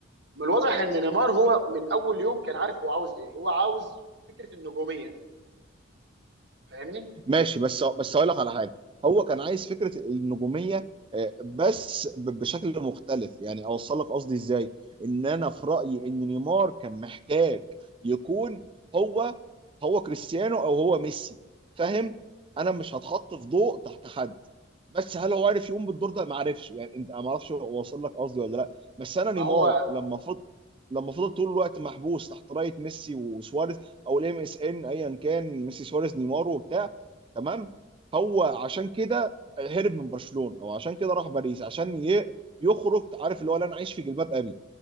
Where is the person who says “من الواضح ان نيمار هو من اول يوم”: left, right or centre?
Right